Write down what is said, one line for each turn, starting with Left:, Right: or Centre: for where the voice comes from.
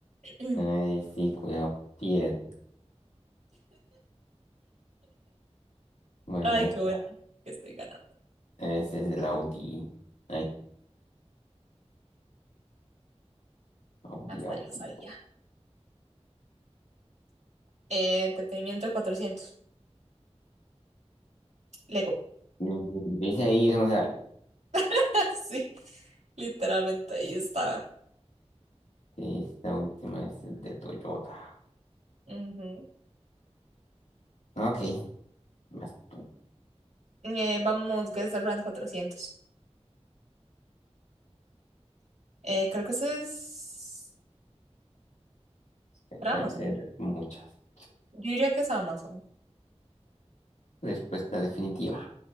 Right: <clears throat>
Left: Ay, sí, cuidado. Piel. Bueno,
Right: Ay,
Left: esta.
Right: qué bueno que estoy ganando.
Left: Ese es el Audi. Ay, Audi,
Right: Hasta
Left: Audi.
Right: yo sabía. Eh, entretenimiento cuatrocientos Lego.
Left: Mm, Dice ahí, eso no sale.
Right: <laughs> Sí, literalmente ahí está.
Left: Esta última es el de Toyota.
Right: Ujú.
Left: Ok, vas tú.
Right: Eh, vamos, Guess the brand 400 Eh, creo que eso es
Left: Eh,
Right: para
Left: Pueden
Right: Amazon.
Left: ser muchas. <laughs>
Right: Yo diría que es Amazon.
Left: Respuesta definitiva.